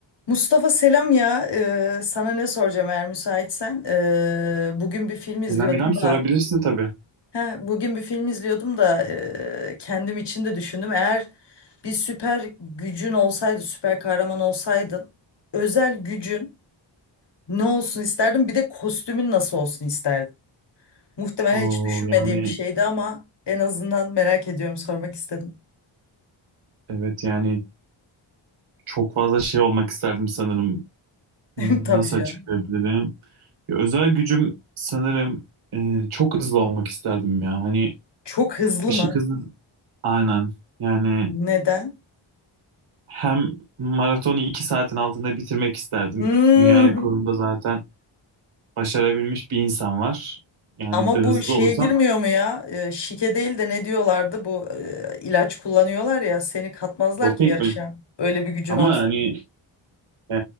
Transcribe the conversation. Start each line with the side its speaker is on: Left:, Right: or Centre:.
Left: Mustafa selam ya. Ee, sana ne soracağım eğer müsaitsen. Ee, bugün bir film izliyordum
Right: İrem İrem sorabilirsin
Left: da
Right: tabii.
Left: he, bugün bir film izliyordum da e, kendim için de düşündüm. Eğer bir süper gücün olsaydı, süper kahraman olsaydın, özel gücün ne olsun isterdin? Bir de kostümün nasıl olsun isterdin? Muhtemelen
Right: Oo,
Left: hiç düşünmediğim
Right: yani
Left: bir şeydi ama en azından merak ediyorum, sormak istedim.
Right: evet yani çok fazla şey olmak isterdim sanırım.
Left: <laughs>
Right: Nasıl
Left: Tabii canım.
Right: açıklayabilirim? Ya, özel gücüm sanırım e, çok hızlı olmak isterdim ya. Hani
Left: Çok hızlı
Right: ışık
Left: mı?
Right: hızı aynen. Yani
Left: Neden?
Right: hem maratonu iki saatin altında bitirmek isterdim.
Left: Hmm.
Right: Dünya rekorunda zaten başarabilmiş bir insan var. Yani
Left: Ama
Right: bir de hızlı
Left: bu şeye
Right: olursam
Left: girmiyor mu ya? Ee, şike değil de ne diyorlardı? Bu e, ilaç kullanıyorlar ya seni katmazlar
Right: doping
Left: ki yarışa.
Right: mi?
Left: Öyle bir gücün
Right: Ama
Left: olsun.
Right: hani e,